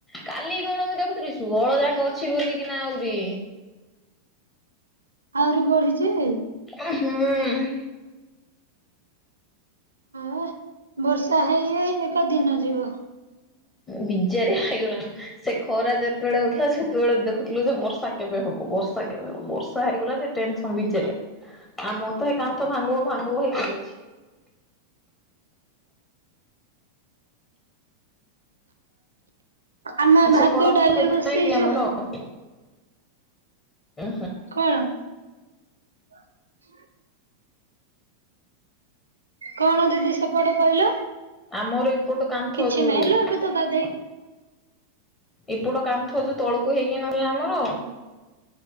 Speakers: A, on the left (about 20°); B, on the right (about 75°).
A: କାଲି କଣ ମୁଁ ଦେଖୁଥିଲି ସୁହଳ ଯାକ ଅଛି ବୋଲିକିନା ଆହୁରି।
B: ଆହୁରି ବଢିଛି।
A: ଉଁ ହୁଁ।
B: ହେ ବର୍ଷା ହେଇ ହେଇ କା ଦିନ ଯିବ।
A: ବିଜାରେ ହେଇଗଲାଣି ସେ ଖରା ଯେ ଯେତେବେଳେ ହଉଥିଲା ସେତେବେଳେ ଦେଖୁଥିଲୁ ଯେ ବର୍ଷା କେବେ ହବ ବର୍ଷା ବର୍ଷା ହେଇଗଲା ଯେ ଟେନସନ ବିଜାରିଆ ଅମର ତ ତ ହେ କାନ୍ଥ ଭାଙ୍ଗିବ ଭାଙ୍ଗିବ ହେଇକି
B: ଆମେ
A: ସେପଟ
B: ଭାତ ଡାଲି
A: ଖୋଜୁ
B: ବସେଇଛୁ
A: ନାଇଁ କି ଆମର ଉଁ ହୁ।
B: କଣ? ହୁଁ କଣ ଦିଦି ସେପଟେ କହିଲ?
A: ଆମର ଏପଟ କାନ୍ଥ
B: କିଛି
A: ଯୋଉ
B: ନାହିଁ ଲୋ ଏବେ ତ ଗାଧେଇ
A: ଏପଟ କାନ୍ଥ ଯୋଉ ତଳକୁ ହେଇକି ନଥିଲା ଆମର।